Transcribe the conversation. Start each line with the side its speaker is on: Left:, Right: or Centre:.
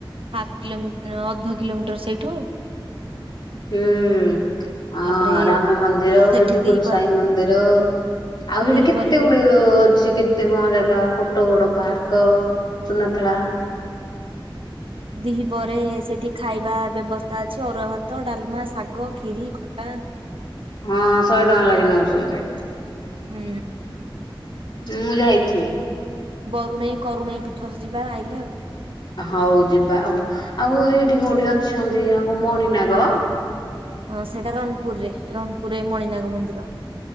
Right: ହାଫ କିଲୋମି ଅଧ କିଲୋମିଟର ସେଇଠୁ
Left: ହୁଁ ହଁ
Right: ତାପରେ
Left: ରାମ ମନ୍ଦିର
Right: ସେଠି
Left: ବିଜୁପୁର
Right: ଦିପହରେ
Left: ସାଇଁ ମନ୍ଦିର ଆଉ ସେଠି
Right: ଦିପହରେ
Left: କେତେ
Right: ବି
Left: ଗୁଡେ ଅ ଅଛି କେତେ କଣ ଜାଗା କୋଟଗଡ ପାର୍କ କ ସୁନାଥେଳା
Right: ଦିହି ପରେ ସେଠି ଖାଇ ବା ବ୍ୟବସ୍ଥା ଅଛି ଅରୁଆ ଭାତ, ଡାଲମା, ଶାଗ, ଖରି, ଖଟା
Left: ହଁ ଶହେ ଟଙ୍କା ଲେଖ ନେଉଛନ୍ତି।
Right: ହୁଁ।
Left: ମୁଁ ଯାଇଥିଲି
Right: ବରୁଣେହି କରୁଣେହିଁ ପିଠ ଯିବା ଆଇଲେ ଆଉ।
Left: ହଉ ଯିବା ଆଉ ଆଉ ଏଇଠି କୋଉଠି ଅଛନ୍ତି ଏହାକୁ ମଣିନାଗ
Right: ହଁ ସେଇଟା ରଣପୁରରେ ରଣପୁରରେ ମଣିନାଗ ମନ୍ଦିର